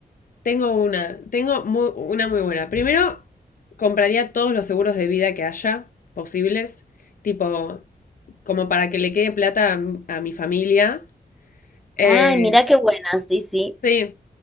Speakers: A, on the left (about 60°); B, in the centre.
A: Tengo una, tengo muy- una muy buena. Primero, compraría todos los seguros de vida que haya posibles, tipo, como para que le quede plata a, m- a mi familia. Eh,
B: Ay, mira qué buena, sí, sí.
A: sí.